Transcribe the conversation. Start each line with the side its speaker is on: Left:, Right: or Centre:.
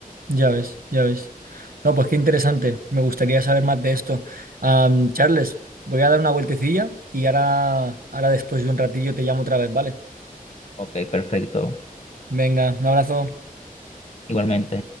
Right: Ya ves, ya ves. No, pues qué interesante. Me gustaría saber más de esto. Am, Charles, voy a dar una vueltecilla y ahora, ahora después de un ratillo te llamo otra vez, ¿vale?
Left: Ok, perfecto.
Right: Venga, un abrazo.
Left: Igualmente.